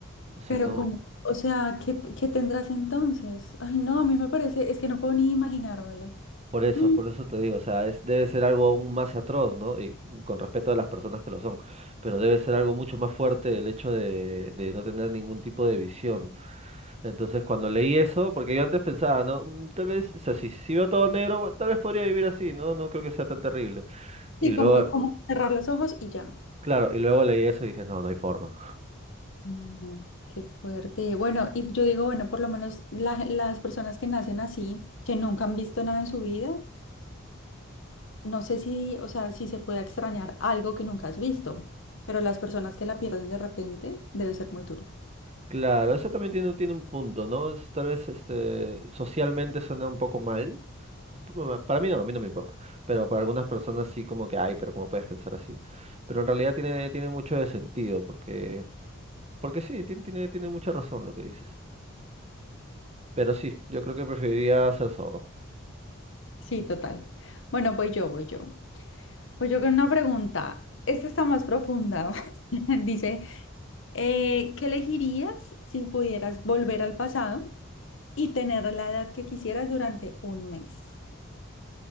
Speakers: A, on the right; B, on the left.
A: O sea,
B: pero
A: no.
B: como, o sea, ¿qué, qué tendrás entonces? Ay, no, a mí me parece, es que no puedo ni imaginármelo.
A: Por eso,
B: Mm,
A: por eso te digo, o sea, es, debe ser algo aún más atroz, ¿no? Y con respeto a las personas que lo son, pero debe ser algo mucho más fuerte el hecho de, de no tener ningún tipo de visión. Entonces, cuando leí eso, porque yo antes pensaba, ¿no? "Mm, Tal vez, o sea, si, si veo todo negro, bueno, tal vez podría vivir así, ¿no? No creo que sea tan terrible. Y
B: Y
A: luego,
B: como, como cerrar los ojos y ya.
A: claro, y luego leí eso y dije, no, no hay forma.
B: No, Qué fuerte. Bueno, y yo digo, bueno, por lo menos la- las personas que nacen así, que nunca han visto nada en su vida, no sé si, o sea, si se puede extrañar algo que nunca has visto, pero las personas que la pierden de repente, debe ser muy duro.
A: Claro, eso también tiene, tiene un punto, ¿no? Es- tal vez este, socialmente suena un poco mal. Bueno, Para mí no, a mí no me importa. Pero para algunas personas sí como que ay pero cómo puedes pensar así. Pero en realidad tiene, tiene mucho de sentido, porque, porque sí, ti- tiene, tiene mucha razón lo que dices. Pero sí, yo creo que preferiría ser sordo.
B: Sí, total. Bueno, voy yo, voy yo. Voy yo con una pregunta. Esta está más profunda. <laughs> Dice, eh, ¿qué elegirías si pudieras volver al pasado y tener la edad que quisieras durante un mes?